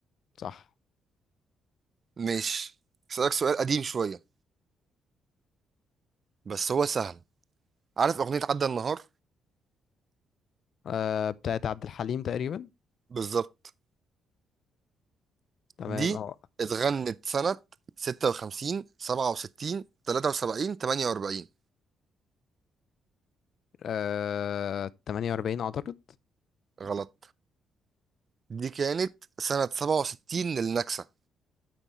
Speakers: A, on the left (about 65°); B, on the right (about 40°).
A: صح
B: مش هسألك سؤال قديم شويه بس هو سهل عارف اغنية عدى النهار
A: أه بتاعت عبد الحليم تقريبا
B: بالظبط
A: تمام
B: دي
A: اه
B: اتغنت سنة 56 67 73 48
A: آه، 48 أعتقد
B: غلط دي كانت سنة 67 للنكسة